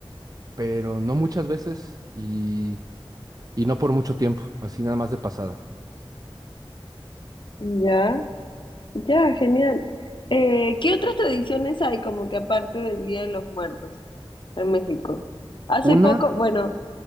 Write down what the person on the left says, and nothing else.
Ya, ya, genial. Eh, ¿qué otras tradiciones hay como que aparte del Día de los Muertos en México? Hace
poco, bueno.